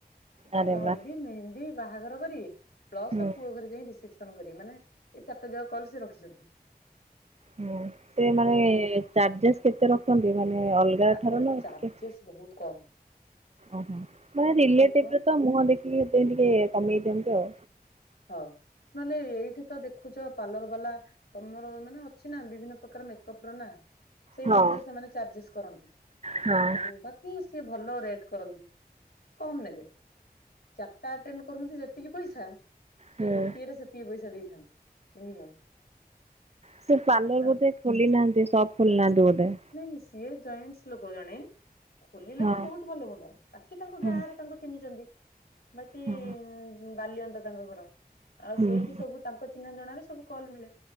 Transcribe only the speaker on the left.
ତାଙ୍କର
ହଳଦୀ ମେହେନ୍ଦୀ ବାହାଘର କରିବେ ପ୍ଲସ
ପୁଅ ଘରେ ଯାଇ ରିସେପସନ କରିବେ ମାନେ ଏଇ ଚାରିଟାଯାକ କଲ ସେ ରଖିଛନ୍ତି।
ଆଉ
ରଘୁ
ତାଙ୍କର
ଚାର୍ଜେସ୍
ବହୁତ କମ୍।
କମ
ହଁ, ନହେଲେ ଏଇଠି ତ ଦେଖୁଛ ପାର୍ଲର ବାଲା ତମର ମାନେ ଅଛି ନା, ବିଭିନ୍ନ ପ୍ରକାର ମେକପ ର ନା ସେଇ
ଅନୁସାରେ ସେମାନେ ଚାର୍ଜେସ୍ କରନ୍ତି।
ହଉ <unintelligible> କି ସି ଭଲ ରେଟ୍ କରନ୍ତି କମ ନେବେ ଚାରିଟାଟେଣ୍ଡ କରନ୍ତି। ସେତିକି ପଇସା କି
ଗୋଟିଏରେ ସେତିକି ପଇସା ଦେଇଥାନ୍ତି <unintelligible>
ଆଉ
ନାଇଁ ସିଏ ଜଏଣ୍ଟସ ଲୋକ ଜଣେ। ଖୋଲିଲେ
ତ ବହୁତ ଭଲ ହୁଅନ୍ତା, ବାକି ତାଙ୍କ
ଗାଁ ରେ ତାଙ୍କୁ ଚିହ୍ନିଛନ୍ତି। ବାକି
ବାଲିଅନ୍ତା ତାଙ୍କ ଘର, ଆଉ
ସେଇଠି ସବୁ। ତାଙ୍କ ଚିହ୍ନ ଜଣାରେ ସବୁ କଲ ମିଳେ,